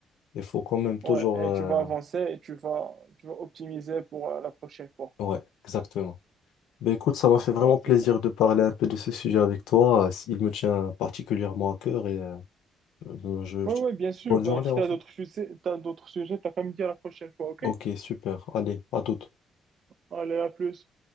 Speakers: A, on the left; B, on the right.
A: il faut quand même toujours,
B: Ouais,
A: euh,
B: et tu vas avancer et tu vas, tu vas optimiser pour euh, la prochaine fois.
A: ouais, exactement. Ben écoute, ça m'a fait
B: Ouais,
A: vraiment plaisir
B: c'est ça.
A: de parler un peu de ce sujet avec toi. Euh, Il me tient particulièrement à cœur et euh, Euh, je-
B: Ouais,
A: je-
B: ouais, bien sûr.
A: Bonne
B: Ben,
A: journée
B: si
A: en
B: t'as
A: fait.
B: d'autres sujets, t'as d'autres sujets, t'as qu'à me dire la prochaine fois, ok?
A: Ok, super. Allez, à toute.
B: Allez, à plus.